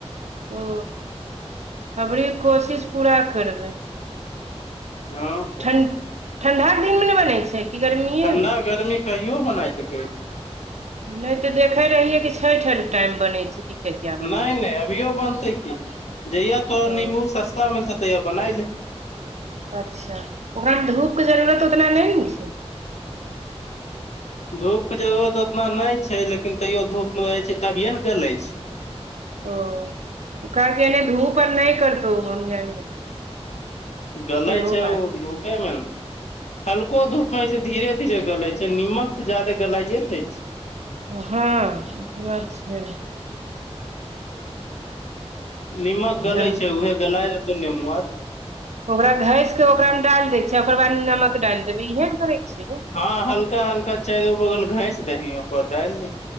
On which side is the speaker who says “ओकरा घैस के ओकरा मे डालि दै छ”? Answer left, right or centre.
Right